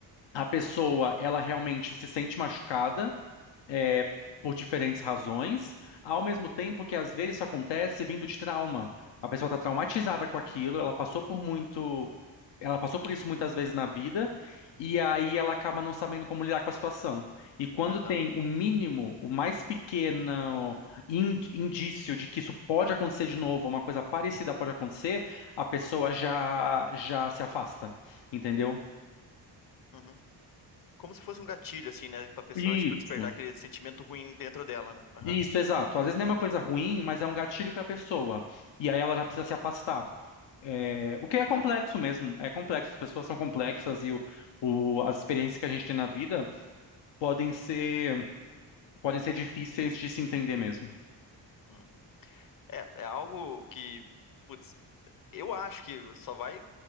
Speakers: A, on the left; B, on the left.
A: a pessoa, ela realmente se sente machucada é, por diferentes razões, ao mesmo tempo que às vezes isso acontece vindo de trauma. A pessoa está traumatizada com aquilo, ela passou por muito, ela passou por isso muitas vezes na vida, e aí ela acaba não sabendo como lidar com a situação. E quando
B: Aham.
A: tem o mínimo, o mais pequeno in- indício de que isso pode acontecer de novo, uma coisa parecida pode acontecer, a pessoa já já se afasta, entendeu?
B: Uhum. Como se fosse um gatilho, assim, né? Pra pessoa,
A: Isso.
B: tipo, despertar aquele sentimento ruim dentro dela, né? Aham.
A: Isso, exato. Às vezes nem
B: Entendi.
A: é uma coisa ruim, mas é um gatilho para a pessoa. E aí ela já precisa se afastar. É, o que é complexo
B: Aham.
A: mesmo, é complexo. As pessoas são complexas e o, o- as experiências que a gente tem na vida podem ser, podem ser difíceis de se entender mesmo.
B: Uhum. É, é algo que, putz, eu acho que só vai